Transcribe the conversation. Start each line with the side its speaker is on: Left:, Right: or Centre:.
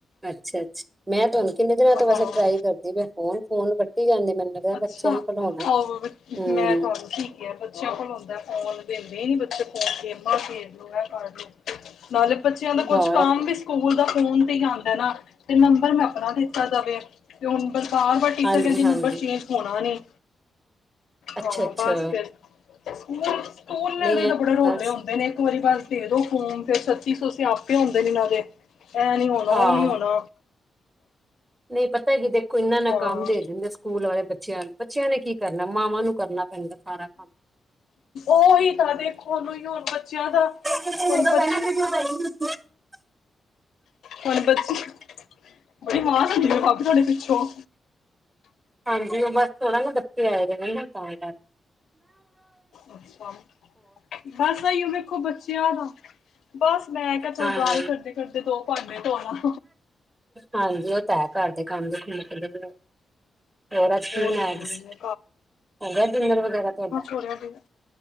Right: ਅੱਛਾ- ਅੱਛਾ ਮੈਂ ਤੁਹਾਨੂੰ ਕਿੰਨੇ ਦਿਨਾਂ ਤੋਂ ਵੈਸੇ
Left: ਹਾਂ
Right: ਟਰਾਈ ਕਰਦੀ ਪਈ ਆ ਫੋਨ, ਫੋਨ ਨਹੀਂ ਲੱਗਾ। ਮੈਨੂੰ ਲੱਗਦਾ
Left: ਅੱਛਾ
Right: ਬੱਚਿਆਂ ਕੋਲ ਉਣਾ ਹੂੰ।
Left: ਔਰ ਮੈਂ ਤੁਹਾਨੂੰ ਕੀ ਬੱਚਿਆਂ ਕੋਲ ਉਂਦਾ ਫੋਨ ਦੇਂਦੇ ਹੀ ਨੀ ਬੱਚੇ ਫੋਨ ਗੇਮਾਂ ਖੇਡ ਲੈ ਇਹ ਕਰ ਲਓ। ਨਾਲੇ ਬੱਚਿਆਂ ਦਾ ਕੁਛ
Right: ਹਾਂ
Left: ਕੰਮ
Right: ਇਹ ਤੇ-
Left: ਵੀ ਸਕੂਲ ਦਾ ਫੋਨ ਤੇ ਹੀ ਆਉਂਦਾ ਨਾ ਤੇ ਨੰਬਰ ਮੈਂ ਬਣਾ ਦਿੱਤਾ ਜਾਵੇ ਤੇ ਹੁਣ ਬਾਰ- ਵਾਰ ਟੀਚਰ
Right: ਹਾਂਜੀ
Left: ਕਹਿੰਦੇ
Right: ਹਾਂਜੀ
Left: ਨੰਬਰ ਚੇਂਜ ਹੋਣਾ ਨੀ,
Right: ਅੱਛਾ
Left: ਹਾਂ
Right: ਅੱਛਾ
Left: ਬਸ ਫੇਰ। ਸਕੂਲ- ਸਕੂਲ
Right: ਨਹੀਂ
Left: ਦੇ
Right: ਇਹ
Left: ਤਾਂ ਬੜੇ ਰੋਲੇ
Right: ਗੱਲ
Left: ਹੁੰਦੇ ਨੇ ਇੱਕ ਵਾਰੀ ਬਸ ਦੇ ਦੋ ਫੋਮ ਫੇਰ ਛਤੀਸ ਸੋ ਸਿਆਪੇ ਆਉਂਦੇ ਨੇ ਇਹਨਾਂ ਦੇ ਐ ਨੀ ਹੋਣਾ, ਉਹ
Right: ਆਹੋ
Left: ਨੀ ਹੋਣਾ।
Right: ਨਹੀਂ ਪਤਾ ਕਿ ਦੇਖੋ ਇਨਾਨਾ
Left: ਹਾਂ
Right: ਕੰਮ ਦੇ ਦਿੰਦੇ ਸਕੂਲ ਵਾਲੇ ਬੱਚਿਆਂ ਨੂੰ ਬੱਚਿਆਂ ਨੇ ਕੀ ਕਰਨਾ ਮਾਵਾਂ ਨੂੰ ਕਰਨਾ। ਪੈਂਦਾ ਸਾਰਾ ਕੰਮ।
Left: ਉਹੀ ਤਾਂ ਦੇਖੋ ਮੈਨੂੰ ਹੁਣ ਬੱਚਿਆਂ ਦਾ।
Right: ਜ
Left: ਹੁਣ ਬੱਚ
Right: ਪਹਿ ਪ <unintelligible>
Left: ਹੁਣ ਬੱਚੀ ਬੜੀ ਮਾਂਹ ਹੁੰਦੀ ਹੈ ਭਾਬੀ ਤੁਹਾਡੇ ਪਿੱਛੋਂ।
Right: ਹਾਂਜੀ ਉਹ ਬਸ ਥੋੜਾ ਨਾ ਬੱਚੇ ਆਏ ਹੈ ਨ ਤਾਂਹੀ ਕਰ।
Left: ਬੜੀ ਸਵਾਦ ਹੈ। ਬਸ ਆਈਓ ਮੇਖੋ ਬੱਚਿਆ ਦਾ ਬਸ ਮੈਂ ਕਿਹਾ ਚੱਲ
Right: ਹਾਂਜੀ
Left: ਗੱਲ ਕਰਦੇ। ਫਿਰਦੇ ਦੋ ਭਾਂਡੇ ਧੋਣਾ।
Right: ਹਾਂਜੀ ਓ ਤਾਂ ਹੈ। ਘਰ ਦੇ ਕੰਮ ਦੇਖਨੇ ਪੇਂਦੇ ਨੇ। ਹੋਰ ਅਜ ਕੀ
Left: ਬਹੁਤ
Right: ਬਣਾਇਆ
Left: ਜ਼ਰੂਰੀ
Right: ਤੁਸੀ?
Left: ਨੇ
Right: ਹੋ ਗਯਾ ਡਿਨਰ ਵਗੈਰਾ ਤੁਹਾਡਾ?
Left: ਹੋ ਗਿਆ ਡੀਨਰ।